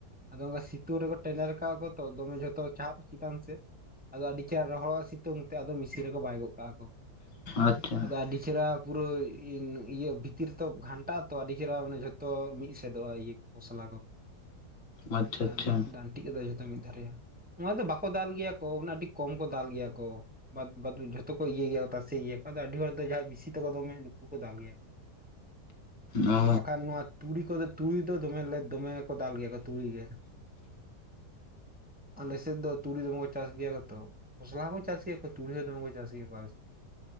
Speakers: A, in the centre; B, on the left.
A: ᱟᱫᱚ ᱚᱱᱠᱟ ᱥᱤᱛᱩᱝ ᱨᱮᱠᱚ ᱴᱮᱰᱮᱨ ᱠᱟᱜ ᱠᱚ ᱛᱚ ᱫᱚᱢᱮ ᱡᱷᱚᱛᱚ ᱪᱯ ᱪᱮᱛᱟᱱ ᱥᱮᱜ ᱟᱫᱚ ᱟᱹᱰᱤ ᱪᱮᱦᱨᱟ ᱨᱚᱦᱚᱲᱚᱜ ᱥᱤᱛᱩᱝ ᱛᱮ ᱟᱫᱚ ᱢᱤᱥᱤᱱ ᱨᱮᱠᱚ ᱵᱟᱭ ᱜᱚᱜ ᱠᱟᱜᱼᱟ ᱠᱚ,
B: ᱟᱪᱪᱷᱟ
A: ᱟᱫᱚ ᱟᱹᱰᱤ ᱪᱮᱦᱨᱟ ᱯᱩᱨᱟᱹ ᱤᱱ ᱤᱭᱟᱹ ᱵᱷᱤᱛᱤᱨ ᱛᱚ ᱜᱷᱟᱱᱴᱟ ᱟ ᱛᱚ ᱟᱹᱰᱤ ᱪᱮᱦᱨᱟ ᱢᱟᱱᱮ ᱡᱷᱚᱛᱚ ᱢᱤᱫ ᱥᱮᱫᱚᱜᱼᱟ ᱤᱭᱟᱹ ᱠᱚ, ᱠᱷᱚᱥᱞᱟ ᱠᱚ
B: ᱟᱪᱪᱷᱟ
A: ᱟᱨ
B: ᱟᱪᱪᱷᱟ
A: ᱰᱟᱹᱱᱴᱤᱜ ᱠᱟ ᱡᱷᱚᱛᱚ ᱢᱤᱫ ᱫᱷᱟᱨᱮᱜᱼᱟ᱾ ᱱᱚᱣᱟ ᱫᱚ ᱵᱟᱠᱚ ᱫᱟᱞ ᱜᱮᱭᱟ ᱠᱚ ᱟᱹᱰᱤ ᱠᱚᱢ ᱠᱚ ᱫᱟᱞ ᱜᱮᱭᱟ ᱠᱚ, ᱵᱟᱫ ᱵᱟᱫ ᱡᱷᱚ ᱛᱚᱠᱚ ᱤᱭᱟᱹ ᱜᱮᱭᱟ ᱛᱟᱥᱮ ᱤᱭᱟᱹ ᱠᱚ ᱟᱫᱚ ᱟᱹᱰᱤ ᱦᱚᱲ ᱫᱚ ᱡᱟᱦᱟᱸᱭ ᱵᱤᱥᱤ ᱛᱮᱠᱚ ᱫᱚᱢᱮ ᱱᱩᱠᱩ ᱠᱚ ᱫᱟᱞ ᱜᱮᱭᱟ᱾
B: ᱚ
A: ᱵᱟᱠᱷᱟᱱ ᱱᱚᱣᱟ ᱛᱩᱲᱤ ᱠᱚᱫᱚ ᱛᱩᱲᱤ ᱫᱚ ᱫᱚᱢᱮᱞᱮ ᱫᱚᱢᱮ ᱠᱚ ᱫᱟᱞ ᱜᱮᱭᱟ ᱠᱚ ᱛᱩᱲᱤ ᱜᱮ᱾ ᱟᱞᱮᱥᱮᱫ ᱫᱚ ᱛᱩᱲᱤ ᱫᱚᱢᱮ ᱠᱚ ᱪᱟᱥ ᱜᱮᱭᱟᱛᱚ ᱠᱷᱚᱥᱞᱟ ᱦᱚᱸᱠᱚ ᱪᱟᱥ ᱜᱮᱭᱟ ᱛᱩᱤ ᱦᱚᱸ ᱫᱚᱢᱮ ᱠᱚ ᱪᱟᱥ ᱜᱮᱭᱟᱢ ᱠᱚ ᱟᱞᱮ ᱥᱮᱫ᱾